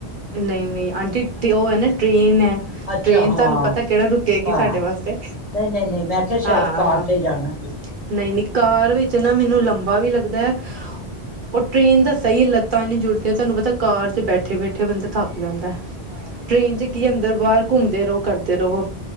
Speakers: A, on the right; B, on the left.
A: ਨਹੀਂ-ਨਹੀਂ ਆਂਟੀ, ਉਹ ਹੈ ਨਾ ਟ੍ਰੇਨ ਹੈ।
B: ਅੱਛਾ
A: ਟ੍ਰੇਨ
B: ਹਾਂ
A: ਤੁਹਾਨੂੰ ਪਤਾ, ਕਿਹੜਾ ਰੁਕੇਗੀ
B: ਹਾਂ
A: ਸਾਡੇ ਵਾਸਤੇ
B: ਨਹੀਂ ਨਹੀਂ ਨਹੀਂ ਮੈਂ ਕਿਹਾ ਸ਼ਾਇਦ
A: ਹਾਂ।
B: ਕਾਰ ਤੇ ਜਾਣਾ
A: ਨਹੀਂ-ਨਹੀਂ ਕਾਰ ਵਿੱਚ ਨਾ ਮੈਨੂੰ ਲੰਬਾ ਵੀ ਲੱਗਦਾ ਹੈ। ਉਹ ਟ੍ਰਰੇਨ ਦਾ ਸਹੀ ਲੱਤਾਂ ਨਹੀਂ, ਜੁੜਦੀਆਂ ਤੁਹਾਨੂੰ ਪਤਾ ਕਾਰ ਚ ਬੈਠੇ। ਇਕਠੇ ਬੰਦਾ ਥਕ ਜਾਂਦਾ
B: ਹਾਂ
A: ਟ੍ਰੇਨ 'ਚ ਕੀ ਅੰਦਰ-ਬਾਹਰ ਘੁੰਮਦੇ ਰਹੋ ਕਰਦੇ ਰੋ।